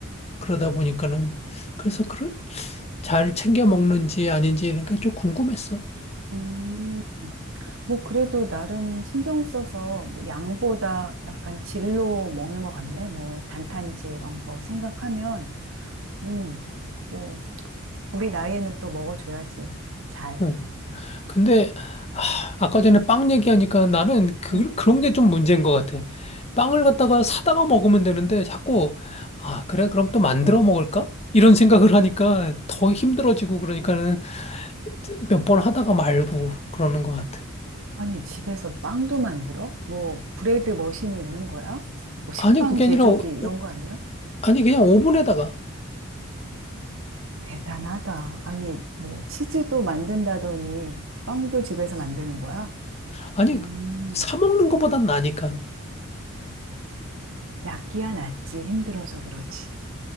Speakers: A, on the left (about 30°); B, on the right (about 70°).
A: 그러다 보니까는 그래서 그런 잘 챙겨 먹는지 아닌지 이런 게 좀 궁금했어.
B: 음. 뭐 그래도 나름 신경 써서 뭐 양보다 약간 질로 먹는 것 같네. 뭐 단탄지 이런 거 생각하면, 음, 뭐 우리 나이에는 또 먹어줘야지. 잘.
A: 어. 근데 아, 아까 전에 빵 얘기하니까 나는 그,
B: 음.
A: 그런 게 좀 문제인 것 같아. 빵을 갖다가 사다가 먹으면 되는데 자꾸 아, 그래? 그럼 또 만들어 먹을까? 이런 생각을 하니까 더 힘들어지고 그러니까는 몇 번 하다가 말고 그러는 것 같아.
B: 아니, 집에서 빵도 만들어? 뭐 브레드 머신이 있는 거야? 뭐 식빵
A: 아니, 그게
B: 제조기
A: 아니라 오-
B: 이런 거 아니야?
A: 아니 그냥 오븐에다가
B: 대단하다. 아니, 뭐 치즈도 만든다더니 빵도 집에서 만드는 거야?
A: 아니
B: 음,
A: 사 먹는 것보단 나니까.
B: 낫기야 낫지. 힘들어서 그렇지.